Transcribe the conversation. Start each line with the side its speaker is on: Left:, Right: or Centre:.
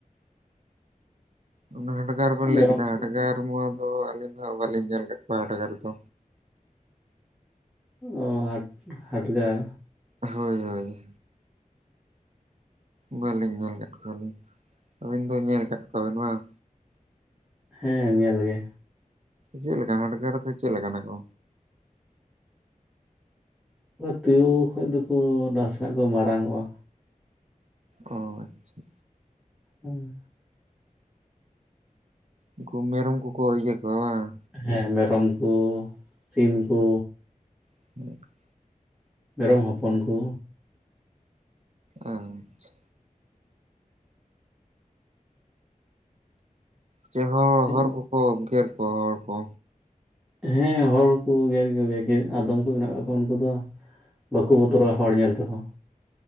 Right: ᱚᱱᱟ ᱦᱟᱰᱜᱟᱨ ᱵᱮᱱ
Centre: ᱢᱮᱨᱚᱢ
Right: ᱞᱟᱹᱭ ᱠᱮᱫᱟ
Centre: ᱠᱚ
Right: ᱦᱟᱰᱜᱟᱨ ᱢᱟ ᱫᱚ ᱟᱹᱞᱤᱧ ᱢᱟ ᱵᱟᱹᱞᱤᱧ ᱧᱮᱞ ᱠᱟᱜ ᱠᱚᱣᱟ ᱦᱟᱰᱜᱟᱨ ᱫᱚ
Centre: ᱚᱸ ᱦᱟᱰ ᱦᱟᱰᱜᱟᱨ
Right: ᱦᱳᱭ ᱦᱳᱭ ᱵᱟᱹᱞᱤᱧ ᱧᱮᱞ ᱠᱟᱜ ᱠᱚᱣᱟᱞᱤᱧ ᱟᱹᱵᱤᱱ ᱫᱚ ᱧᱮᱞ ᱠᱟᱜ ᱠᱚᱣᱟᱵᱤᱱ ᱵᱟᱝ
Centre: ᱦᱮᱸ ᱧᱮᱞ ᱜᱮ
Right: ᱪᱮᱫ ᱞᱮᱠᱟᱱ ᱦᱟᱰᱜᱟᱨ ᱫᱚ ᱪᱮᱫ ᱞᱮᱠᱟᱱᱟ ᱠᱚ
Centre: ᱛᱩᱭᱩ ᱠᱷᱚᱡ ᱫᱚᱠᱚ ᱱᱟᱥᱮᱸᱱᱟᱜ ᱠᱚ ᱢᱟᱨᱟᱝ ᱚᱜᱼᱟ
Right: ᱦᱚᱸ ᱟᱪᱪᱷᱟ
Centre: ᱦᱩᱸ
Right: ᱩᱱᱠᱩ ᱢᱮᱨᱚᱢ ᱠᱚ ᱠᱚ ᱤᱭᱟᱹ ᱠᱚᱣᱟ ᱵᱟᱝ
Centre: ᱦᱮᱸ ᱢᱮᱨᱚᱢ ᱠᱚ ᱥᱤᱢ ᱠᱚ
Right: <unintelligible>
Centre: ᱢᱮᱨᱚᱢ ᱦᱚᱯᱚᱱ ᱠᱩ
Right: ᱟᱸᱡ <unintelligible> ᱪᱮᱦᱚᱸ
Centre: ᱦᱮᱸ
Right: ᱦᱚᱲ ᱠᱚᱠᱚ ᱜᱮᱨ ᱠᱚᱣᱟ ᱦᱚᱲ ᱠᱚ
Centre: ᱦᱮᱸ ᱦᱚᱲᱠᱚ ᱜᱮᱨ ᱠᱚᱜᱮ ᱟᱫᱚᱢ ᱠᱚ ᱢᱮᱱᱟᱜ ᱠᱟᱜ ᱠᱚᱣᱟ ᱩᱱᱠᱩ ᱫᱚ ᱵᱟᱠᱩ ᱵᱚᱛᱚᱨᱚᱜᱼᱟ ᱦᱚᱲ ᱧᱮᱞ ᱛᱮᱦᱚᱸ